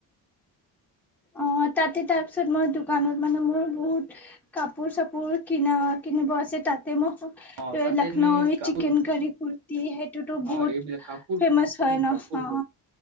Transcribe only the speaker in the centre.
অ', তাতে তাৰপিছত মই দোকানত মানে, মোৰ বহুত কাপোৰ-চাপোৰ কিনা, কিনিব আছে, তাতে মই
লক্ষ্ণৌ,
চিকেন কাৰি, কুৰ্তি সেইটোতো বহুত
ফেমাচ হয়
ন।
অ